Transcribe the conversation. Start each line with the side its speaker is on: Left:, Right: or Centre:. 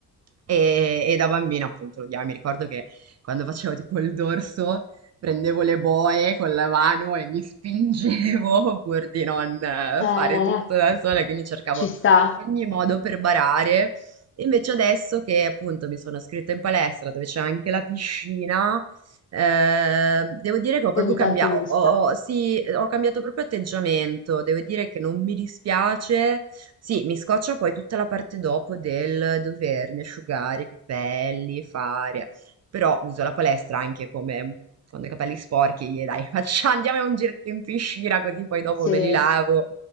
Right: E, e da bambina appunto lo odiavo, mi ricordo che quando facevo tipo il dorso prendevo le boe con la mano e mi spingevo <laughs> pur di non eh, fare
Left: Eh,
Right: tutto da sola, quindi cercavo
Left: ci sta,
Right: ogni modo per barare e invece adesso che appunto mi sono iscritta in palestra dove c'è anche la piscina, eh, devo dire che ho proprio
Left: ogni
Right: cambiato,
Left: tanto gusta,
Right: ho, ho- sì, ho cambiato proprio atteggiamento, devo dire che non mi dispiace, sì, mi scoccia poi tutta la parte dopo del dovermi asciugare i capelli, fare, però uso la palestra anche come quando ho i capelli sporchi, gli dai, <laughs> faccia, andiamo a un giretto in piscina così poi dopo
Left: sì,
Right: me li lavo